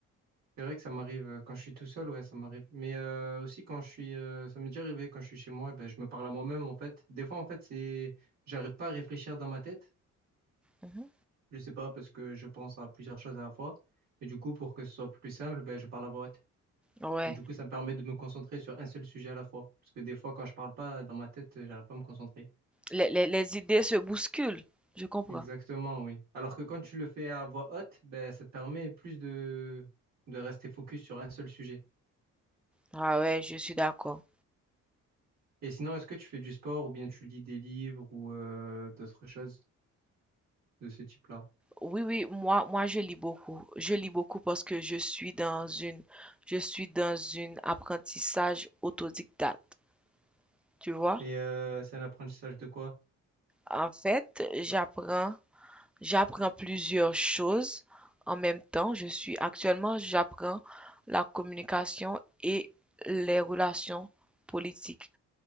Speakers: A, on the right; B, in the centre.
A: C'est vrai que ça m'arrive euh, quand je suis tout seul, ouais, ça m'arrive. Mais euh, aussi quand je suis, euh, ça m'est déjà arrivé quand je suis chez moi, eh ben, je me parle à moi-même en fait. Des fois, en fait, c'est, j'arrive pas à réfléchir dans ma tête.
B: Mhm.
A: Je sais pas parce que je pense à plusieurs choses à la fois. Et du coup, pour que ce soit plus simple, ben, je parle à voix haute.
B: Ouais.
A: Et du coup, ça me permet de me concentrer sur un seul sujet à la fois. Parce que des fois, quand je parle pas dans ma tête, euh, j'arrive pas à me concentrer.
B: Les, les, les idées se bousculent. Je comprends.
A: Exactement, oui. Alors que quand tu le fais à voix haute, ben, ça te permet plus de, de rester focus sur un seul sujet.
B: Ah ouais, je suis d'accord.
A: Et sinon, est-ce que tu fais du sport ou bien tu lis des livres ou euh, d'autres choses de ce type-là?
B: Oui, oui, moi, moi, je lis beaucoup. Je lis beaucoup parce que je suis dans une, je suis dans une apprentissage autodidacte, tu vois.
A: Et euh, c'est un apprentissage de quoi?
B: En fait, j'apprends J'apprends plusieurs choses en même temps. Je suis actuellement, j'apprends la communication et les relations politiques.